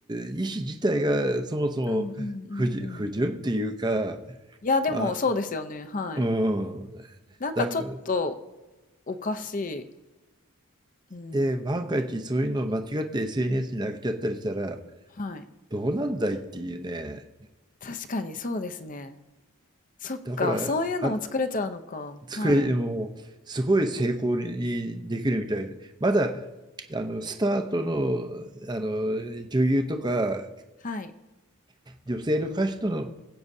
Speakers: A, on the right (about 20°); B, on the left (about 35°).
A: う意思自体がそもそも不純、
B: うんうんうんうん。
A: 不純っていうか、
B: いや、でもそうですよね、
A: あ、
B: はい。
A: うん。
B: なんかちょっと
A: だから、
B: おかしい。うん。
A: で、万が一そういうのを間違って SNS に上げちゃったりしたら、
B: はい。
A: どうなんだいっていうね。
B: 確かにそうですね。そっか、
A: だから、
B: そういうのも作れちゃうのか。
A: あ、作れ、
B: はい。
A: もう、すごい成功にできるみたいで、まだ、あの、スタートの、あの、女優とか、
B: はい。
A: 女性の歌手との、